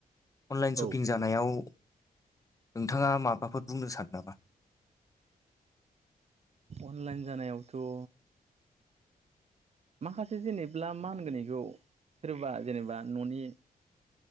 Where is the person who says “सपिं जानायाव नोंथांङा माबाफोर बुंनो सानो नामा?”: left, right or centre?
Left